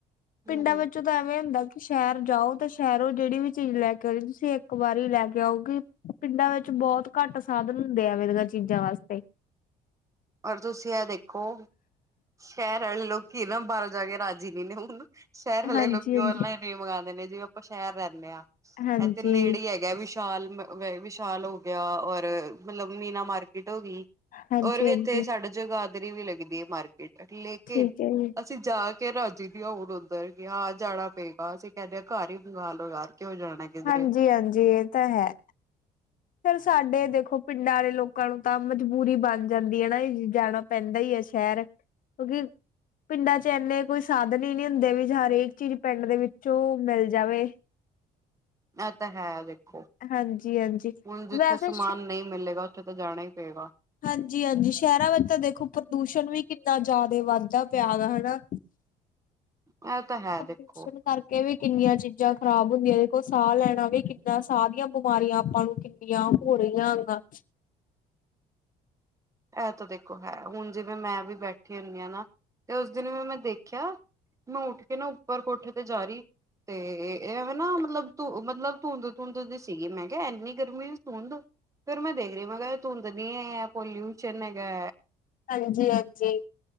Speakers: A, on the left (about 55°); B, on the right (about 20°).
A: ਪਿੰਡਾਂ
B: ਹੂੰ-ਹੂੰ,
A: ਵਿੱਚੋਂ ਤਾਂ ਐਵੇਂ ਹੁੰਦਾ ਕਿ ਸ਼ਹਿਰ ਜਾਓ ਤਾਂ ਸ਼ਹਿਰੋਂ ਜਿਹੜੀ ਵੀ ਚੀਜ਼ ਲੈ ਕੇ ਆਉਣੀ ਤੁਸੀਂ ਇੱਕ ਵਾਰੀ ਲੈ ਕੇ ਆਉਗੀ। ਪਿੰਡਾਂ ਵਿੱਚ ਬਹੁਤ ਘੱਟ ਸਾਧਨ ਹੁੰਦੇ ਆ ਵ ਚੀਜ਼ਾਂ ਵਾਸਤੇ।
B: ਪਰ ਤੁਸੀਂ ਇਹ ਦੇਖੋ ਸ਼ਹਿਰ ਵਾਲੇ ਲੋਕੀ ਨਾ ਬਾਹਰੋਂ ਜਾ ਕੇ ਰਾਜੀ ਨਹੀਂ ਹੁੰਦੇ- ਸ਼ਹਿਰ ਵਾਲੇ
A: ਹਾਂਜੀ
B: ਲੋਕੀ
A: ਹਾਂਜੀ
B: ਔਨਲਾਈਨ ਈ ਮੰਗਵਾਉਂਦੇ ਨੇ ਜਿਵੇਂ ਆਪਾਂ ਸ਼ਹਿਰ ਰਹਿੰਦੇ ਹਾਂ
A: ਹਾਂਜੀ
B: ਇੱਥੇ ਨੇੜੇ ਹੀ ਹੈਗੇ। ਵਿਸ਼ਾਲ ਵਿਸ਼ਾਲ ਹੋ ਗਿਆ ਔਰ ਮਤਲਬ ਮੀਨਾ ਮਾਰਕੀਟ ਹੋ ਗਈ।
A: ਹਾਂਜੀ
B: ਹੋਰ ਵੀ
A: ਹਾਂਜੀ
B: ਇੱਥੇ ਸਾਡਾ ਜਗਾਦਰੀ ਵੀ ਲੱਗਦੀ ਹੈ ਮਾਰਕੀਟ ਲੇਕਿਨ
A: ਠੀਕ ਹੈ ਜੀ
B: ਅਸੀਂ ਜਾ ਕੇ ਰਾਜੀ ਦੀ ਹਲ ਉੱਧਰ ਗ ਆਹ ਜਾਣਾ ਪਏਗਾ ਅਸੀਂ ਕਹਿਿੰਦੇ ਹ ਘਰ ਹੀ ਬੰਗਾਲ ਉਗਾ ਕੇਂ ਜਾਣਾ। ਕਿਧਰੇ
A: ਹਾਂਜੀ ਹਾਂਜੀ ਇਹ ਤਾਂ ਹੈ। ਫਿਰ ਸਾਡੇ ਦੇਖੋ ਪਿੰਡਾਂ ਵਾਲੇ ਲੋਕਾਂ ਨੂੰ ਤਾਂ ਮਜਬੂਰੀ ਬਣ ਜਾਂਦੀ ਹੈ ਨਾ ਇਹਜ਼ਣਾ ਪੈਂਦਾ ਹੀ ਹੈ ਸ਼ਹਿਰ ਕਿਉਂਕਿ ਪਿੰਡਾਂ 'ਚ ਇੰਨੇ ਕੋਈ ਸਾਧਨ ਹੀ ਨਹੀਂ ਹੁੰਦੇ ਵੀ ਹਰੇਕ ਚੀਜ਼ ਪਿੰਡ ਦੇ ਵਿੱਚੋਂ ਮਿਲ ਜਾਵੇ।
B: ਇਹ ਤਾਂ ਹੈ ਦੇਖੋ।
A: ਹਾਂਜੀ-ਹਾਂਜੀ।
B: ਹੁਣ ਜਿੱਥੇ
A: ਵੈਸੇ
B: ਸਮਾਨ ਨਹੀਂ ਮਿਲੇਗਾ ਉੱਥੇ ਤਾਂ ਜਾਣਾ ਹੀ ਪਏਗਾ।
A: ਹਾਂਜੀ ਹਾਂਜੀ ਸ਼ਹਿਰਾਂ ਵਿੱਚ ਤਾਂ ਦੇਖੋ ਪ੍ਰਦੂਸ਼ਣ ਵੀ ਕਿੰਨਾ ਜ਼ਿਆਦਾ ਵੱਧਦਾ ਪਿਆ ਵਾ ਹਨਾ।
B: ਇਹ ਤਾਂ ਹੈ
A: ਪ੍ਰਦੂਸ਼ਣ
B: ਦੇਖੋ
A: ਕਰਕੇ ਕਿ ਵੀ ਕਿੰਨੀਆਂ ਚੀਜ਼ਾਂ ਖ਼ਰਾਬ ਹੁੰਦੀਆਂ ਦੇਖੋ ਸਾਹ ਲੈਣਾ ਵੀ ਕਿੰਨਾ ਸਾਹ ਦੀਆਂ ਬਿਮਾਰੀਆਂ ਆਪਾਂ ਨੂੰ ਜਾਂ ਭੜੀਆਂਗਾ।
B: ਇਹ ਤਾਂ ਦੇਖੋ ਹੈ ਹੁਣ ਜਿਵੇਂ ਮੈਂ ਵੀ ਬੈਠੀ ਹੁੰਦੀ ਹਾਂ ਨਾ ਤੇ ਉਸ ਦਿਨ ਵੀ ਮੈਂ ਦੇਖਿਆ ਮੈਂ ਉੱਠ ਕੇ ਨਾ ਉੱਪਰ ਕੋਠ ਤੇ ਜਾ ਰਹੀ। ਤੇ ਇਹ ਐਵੇਂ ਨਾ ਮਤਲਬ ਧ ਮਤਲਬ ਧੁੰਦ ਧੁੰਦ ਦੀ ਸੀਗੀ ਮੈਂ ਕਿਹਾ ਇੰਨੀ ਗਰਮੀ 'ਚ ਧੁੰਦ ਫੇਿਰ ਮੈਂ ਦੇਖ ਰਹੀ ਮੈਂ ਕਿਹਾ ਤੂੰ ਤਾਂ ਨੀ ਹੈ ਪੋਲਿਊਸ਼ਨ ਹੈਗਾ।
A: ਹਾਂਜੀ ਹਾਂਜੀ